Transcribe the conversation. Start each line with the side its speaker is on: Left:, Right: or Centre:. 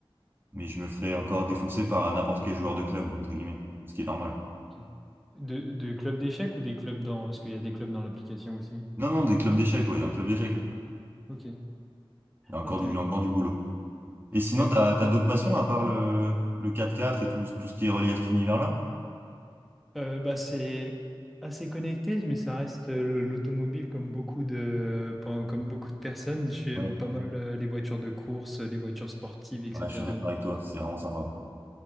Right: Mais je me ferai encore défoncer par n'importe quel joueur de club, entre guillemets. Ce qui est normal.
Centre: Ok. De, de club d'échecs ou des clubs dans... Parce qu'il y a des clubs dans l'application aussi.
Right: Non, non, des clubs d'échecs, ouais, d'un club d'échecs.
Centre: Ah, d'accord. Ok.
Right: Il y a encore
Centre: Ah, t'es-
Right: du, encore du boulot. Et sinon,
Centre: t'aimes,
Right: t'as, t'as d'autres passions à part le, le 4x4 et tout, tout ce qui est relié à cet univers-là?
Centre: Euh, bah, c'est assez connecté, mais ça reste euh, l'automobile comme beaucoup de, pen- comme beaucoup de personnes. J'aime
Right: Ouais.
Centre: pas mal euh, les voitures de course, les voitures sportives, etc.
Right: Ah, je suis d'accord avec toi, c'est vraiment sympa.